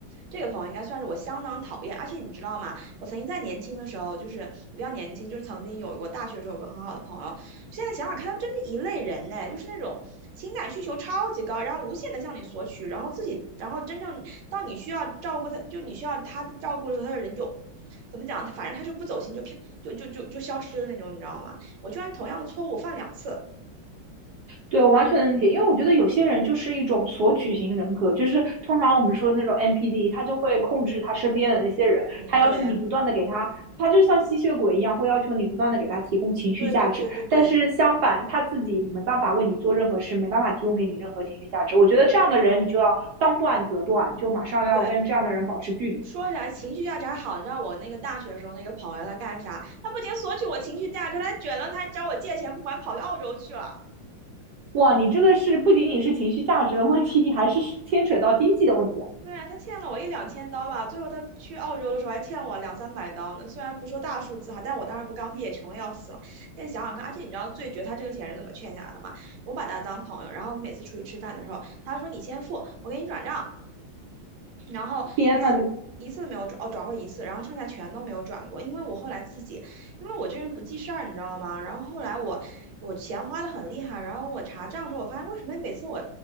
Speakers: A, on the right; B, on the right.
A: 这个朋友应该算是我相当讨厌。而且你知道吗？我曾经在年轻的时候，就是比较年轻，就是曾经有过大学的时候有个很好的朋友。现在想想看，他真是一类人呢，就是那种情感需求超级高，然后无限的向你索取，然后自己，然后真正到你需要照顾他，就你需要他的照顾的时候，他的人就怎么讲？反正他就不走心，就偏就就就就消失的那种，你知道吗？我居然同样的错误犯两次。
B: 对，我完全能理解，因为我觉得有些人就是一种索取型人格，就是通常我们说的那种 NPD，他就会控制他身边的那些人，
A: 嗯，
B: 他要求你不断的给他，
A: 对，
B: 他就像吸血鬼一样，会要求你不断的给他提供情绪价值，
A: 对对对对对
B: 但是相反他自己没办法为你做任何事，没办法提供给你任何情绪价值。我觉得这样的人，你就要当断则断，就马上要跟这样的人保持距离。
A: 对，说起来情绪价值还好，你知道我那个大学时候那个朋友他干啥？他不仅索取我情绪价值，他还卷了，他还找我借钱不还，跑去澳洲去了。
B: 哇，你这个是不仅仅是情绪价值的问题，你还是牵扯到经济的问题啊！
A: 对啊，他欠了我一两千刀吧，最后他去澳洲的时候还欠我两三百刀呢。虽然不说大数字哈，但我当时不刚毕业，穷的要死了。现在想想看，而且你知道最绝他这个钱是怎么欠下来的吗？我把他当朋友，然后每次出去吃饭的时候，他说你先付，我给你转账。然后一次一次都没有转，
B: 天呐，怎么，
A: 哦，转过一次，然后剩下全都没有转过，因为我后来自己，因为我这人不记事儿，你知道吗？然后后来我我钱花的很厉害，然后我查账的时候，我发现为什么每次我